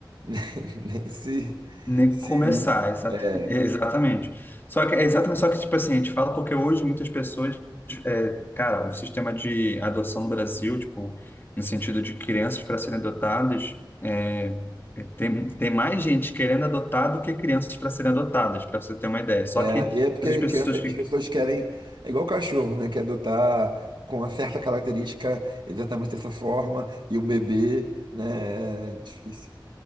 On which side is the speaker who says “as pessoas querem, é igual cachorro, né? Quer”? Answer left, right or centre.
Right